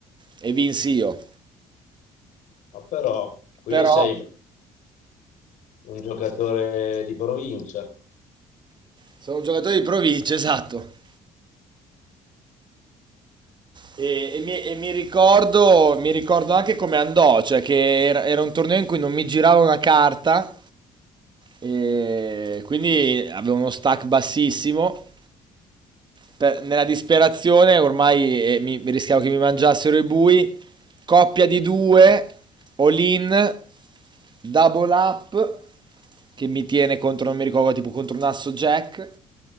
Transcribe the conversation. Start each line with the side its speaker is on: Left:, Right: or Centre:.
Right: e vinsi io.
Left: Ma però, quindi
Right: Però
Left: sei... un giocatore di provincia.
Right: sono un giocatore di provincia, esatto. E, e mi, e mi ricordo, mi ricordo anche come andò, cioè che era, era un torneo in cui non mi girava una carta, e quindi avevo uno stack bassissimo per- nella disperazione ormai eh, mi, mi rischiavo che mi mangiassero i bui. Coppia di due, all in, double up, che mi tiene contro, non mi ricordo, tipo contro un asso jack.